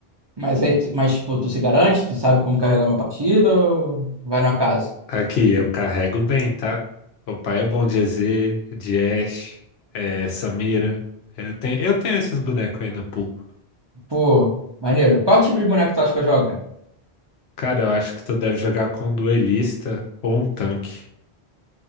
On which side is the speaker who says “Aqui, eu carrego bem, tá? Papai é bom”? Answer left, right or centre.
Left